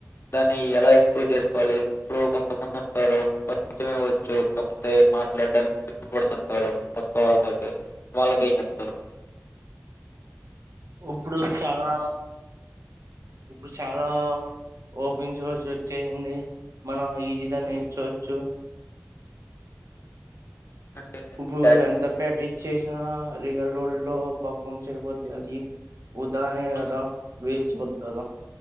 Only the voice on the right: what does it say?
ఇప్పుడు చాలా ఇప్పుడు చాలా ఓపెన్ సోర్స్ వచ్చేసింది మనం ఈజిద నేర్చోవచ్చు
ఇప్పుడు
ఎంత పాక్టీస్ చేసిన రియల్ వరల్డ్ లో పర్ఫామ్ చేయపోతే అది ఉదానేే అదా వేస్ వదదా